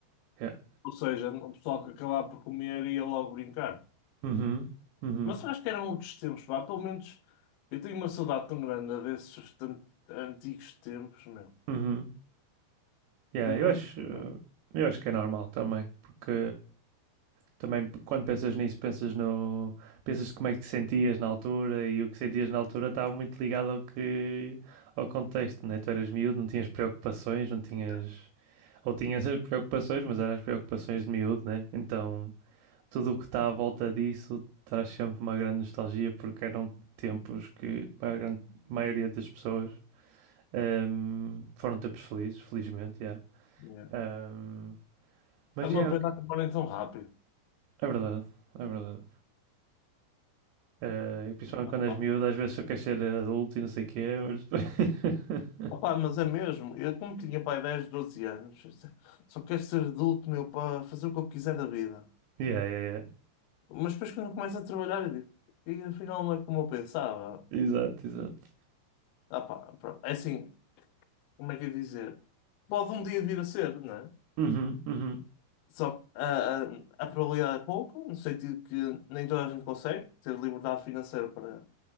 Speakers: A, on the right; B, on the left.
A: Yeah.
B: Ou seja, o pessoal que acabava por comer ia logo brincar.
A: Uhum, uhum,
B: Mas eu acho que eram outros tempos, pá. Pelo menos eu tenho uma saudade tão grande desses tan- antigos tempos, meu.
A: uhum. Yeah,
B: Tenho
A: eu
B: mesmo
A: acho,
B: saudade.
A: eu acho que é normal também, porque Também p- quando pensas nisso, pensas no, pensas como é que te sentias na altura e o que sentias na altura estava muito ligado ao que, ao contexto, né? Tu eras miúdo, não tinhas preocupações, não tinhas,
B: É,
A: ou tinhas as preocupações, mas eram as preocupações de miúdo, né? Então, tudo o que está à volta disso traz sempre uma grande nostalgia porque eram tempos que para a grande maioria das pessoas ehm, foram tempos felizes, felizmente, yeah.
B: é.
A: Ehm, mas
B: É uma
A: yeah,
B: pena acabarem tão rápido.
A: é verdade, é verdade. Eh, principalmente
B: opa
A: quando és miúdo, às vezes só queres ser adulto e não sei o quê, mas. <laughs>
B: Opá, mas é mesmo. Eu, como tinha pai 10 12 anos, só quero ser adulto, meu, para fazer o que eu quiser da vida.
A: yeah, yeah, yeah.
B: Mas depois quando começo a trabalhar, eu digo, e afinal não é como eu pensava.
A: Exato, exato.
B: Ah, pá, pronto. É assim, como é que eu ia dizer? Pode um dia vir a ser, não é?
A: Uhum, uhum,
B: Só que a, a, a probabilidade é pouca, no sentido que nem toda a gente consegue ter liberdade financeira para